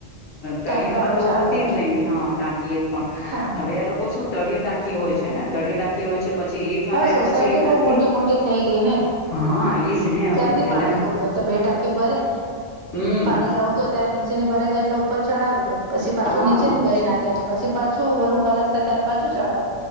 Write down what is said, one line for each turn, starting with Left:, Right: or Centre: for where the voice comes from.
Right: ટેન્કર
Left: તળિયિયામાં
Right: ઓછા
Left: તો હતી
Right: હતા
Left: જ નઈિ ટાંકી એક પણ
Right: હા
Left: હવે એ લોકો શું તળીયે ટાંકી હોય છે ને તળયે ટાંકી હોય છે. પછી એ ભરાય
Right: હવે સોસાયટી
Left: પછી એનાથી
Right: બહુ મોટી મોટી થઈ ગઈ ને
Left: હા એજ ને હવે
Right: ત્યાંથી
Left: પેલા
Right: પાણી પૂરું થાય તો બે ટાંકી ભરે
Left: હમ
Right: પાણી જવતું હોય ત્યારે નીચેની ભરાઈ જાય એટલે ઉપર ચડાવી પછી પાછું
Left: હા
Right: નીચે ભરી નાખે એટલે પછી પાછું ઓલું ખલાસ થાય ત્યારે પાછું ચડાવે